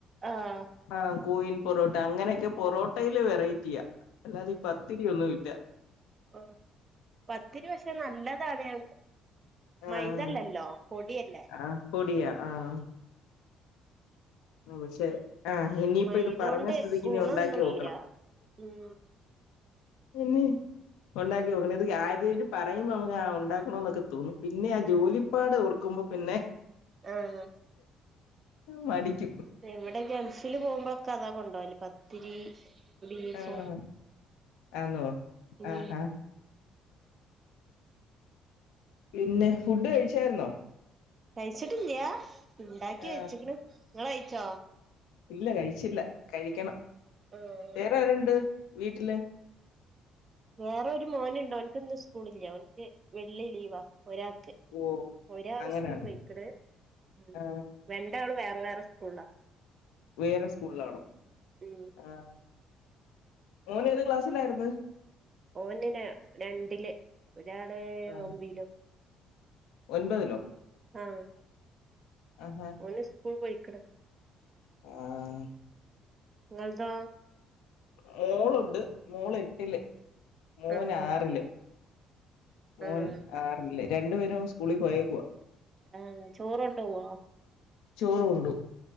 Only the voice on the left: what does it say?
ആഹ് കോയിൻപൊറോട്ട അങ്ങനെയൊക്കെപൊറോട്ടയില് വെറൈറ്റിയാ അല്ലാതെപത്തിരിയൊന്നുംല്ല
ആഹ്
ആഹ് പൊടിയാ ആഹ് ആപക്ഷെ ആ ഇനിയിപ്പോ
ഇത് പറഞ്ഞസ്ഥിതിക്ക്
ഇനിഉണ്ടാക്കിഓക്കണം
എന്നെ ഉണ്ടാക്കിനോക്കണം ഇത് ആരേലുംപറയുമ്പോ നമ്മക്ക് ആ ഉണ്ടാക്കണോന്നൊക്കെതോന്നും പിന്നെആ ജോലിപ്പാട് ഓ ർക്കുമ്പോ പിന്നെ
മടിക്കും
ആഹ് ആന്നോ
ആഹാ പിന്നെ ഫുഡ്കഴിച്ചായിരുന്നോ?
ആ
ഇല്ലകഴിച്ചില്ല കഴിക്കണം
വേറെആരുണ്ട് വീട്ടില്?
ഓ
അങ്ങനെയാണ്
ആ
വെറെ സ്കൂളാണേ
ആ മോന്ഏത് ക്ലാസ്സിലായിരുന്നു
ആ
ഒൻപതിലോ?
ആഹാ
ആഹ്
മോളുണ്ട് മോള് എട്ടില് മോന്
ആറില് മോൻ
ആർല് രണ്ട് പേരും സ്കൂളിൽ പോയേക്കുവാ
ചോറ് ഉണ്ട്